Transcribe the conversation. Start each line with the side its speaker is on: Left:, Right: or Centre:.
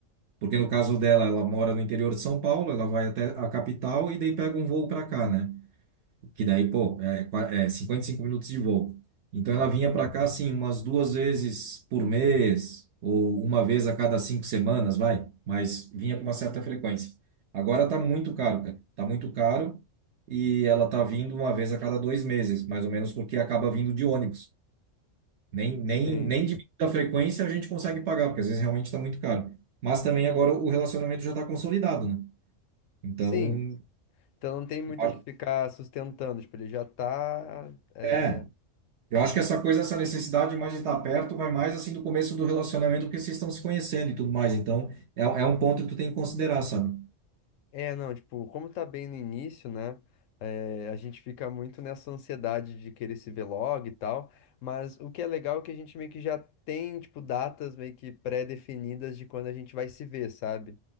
Right: porque no caso dela, ela mora no interior de São Paulo, ela vai até a capital e daí pega um voo para cá, né? Que daí, pô, é, qua- é 55 minutos de voo. Então ela
Left: Uhum.
Right: vinha para cá, assim, umas duas vezes por mês, ou uma vez a cada cinco semanas, vai. Mas vinha com uma certa frequência. Agora tá muito caro, cara. Tá muito caro e ela tá vindo uma vez a cada dois meses, mais ou menos, porque acaba vindo de ônibus. Nem, nem,
Left: Sim.
Right: nem diminuindo a frequência a gente consegue pagar, porque às vezes realmente tá muito caro. Mas também agora o relacionamento já tá consolidado, né? Então,
Left: Sim. Então não tem muito
Right: eu acho-
Left: o que ficar sustentando, tipo, ele já tá é,
Right: é. Eu acho que essa coisa, essa necessidade mais de estar perto, vai mais assim do começo do relacionamento, porque vocês estão se conhecendo e tudo mais. Então, é, é um ponto que tu tem que considerar, sabe?
Left: É, não, tipo, como tá bem no início, né? é, a gente fica muito nessa ansiedade de querer se ver logo e tal, mas o que é legal é que a gente meio que já tem, tipo, datas meio que pré-definidas de quando a gente vai se ver, sabe?